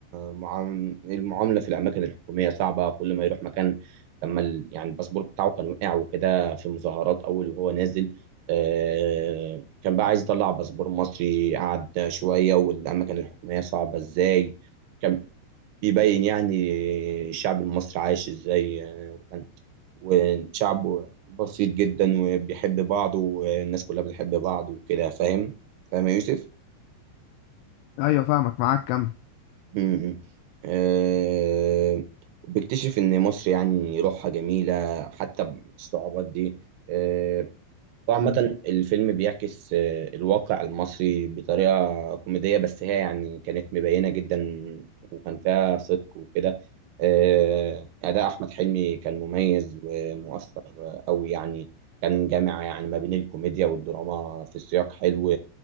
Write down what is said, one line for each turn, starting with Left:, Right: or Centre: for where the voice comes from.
Right: معام- المعاملة في الأماكن الحكومية صعبة كل ما يروح مكان لما ال- يعني الباسبور بتاعه كان وقع وكده في مظاهرات أول وهو نازل آه، كان بقى عايز يطلع باسبور مصري قعد شوية والأماكن الحكومية صعبة إزاي كان بيبين يعني الشعب المصري عايش إزاي آه، وكان وشعب بسيط جدا وبيحب بعض والناس كلها بتحب بعض وكده فاهم فاهم يا يوسف؟
Left: أيوه فاهمك معاك كمل
Right: امم أه وبيكتشف إن مصر يعني روحها جميلة حتى بالصعوبات دي آه، وعامة
Left: مم.
Right: الفيلم بيعكس آه، الواقع المصري بطريقة كوميدية بس هي يعني كانت مبينة جدا وكان فيها صدق وكده آه، أداء أحمد حلمي كان مميز ومؤثر آه، أوي يعني كان جامع يعني ما بين الكوميديا والدراما في سياق حلو